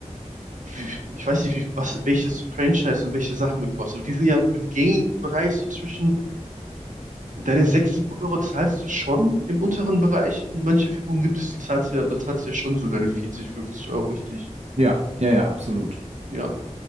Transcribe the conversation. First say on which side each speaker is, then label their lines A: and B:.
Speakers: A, on the right; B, on the right.
A: Wie, ich weiß nicht, wie, was, welches Franchise und welche Sachen du kaufst, aber die sind ja im Gaming-Bereich so zwischen, deine 6, 7 Euro zahlst du schon im unteren Bereich und manche Figuren gibt es, die zahlst ja, da zahlst du ja schon so deine 40, 50 Euro, richtig?
B: Ja, ja, ja, absolut.
A: Ja,